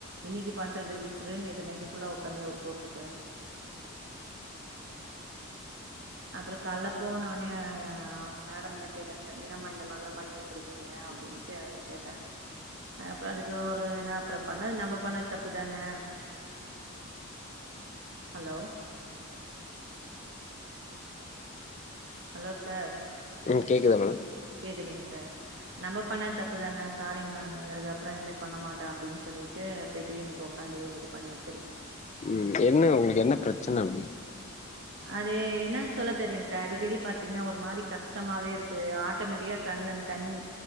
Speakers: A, on the right; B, on the left.
A: இன்னைக்கு பண்ற திஸ்டரு நேத்து நைட்டு ஃபுல்லா உட்காந்தி அவரு போட்டிருக்காரு
B: ஆ
A: அப்புற கால்ல போனோனே மேடம் தா கேட்டாங்க என்னமா இந்த மாரில்லா பண்ணி வச்சிருக்கீங்க அப்டின் ன்ட்டு அது கேட்டாங்க அ அப்புற அதுக்கு ஒரு ந அப்புற பண்ணது நம்ம பண்ணது தப்புதான ஹலோ ஹலோ சார்
B: ம் கேக்குதா மேடம்
A: கேக்குதுங்க சார் நம்ம பண்ண தப்பு தான சாரிங் மேடம் இதப்புற இத மாரி பண்ணமாட்டே அப்படின் சொல்லிட்டு போய்ட்டு ஈவ்னிங் பண்ணிரு இது பண்ணிரு
B: ம் என்ன உங்களுக்கு என்ன பிரச்சனை அப்டி
A: அது என்னன்னு சொல்ல தெரலங்க சார் அடிக்கடி பார்த்தீங்கன்னா ஒரு மாதிரி கஷ்டமாகவே இருக்குது ஆட்டோமேட்டிக்காக கண்ணலேருந்து தண்ணி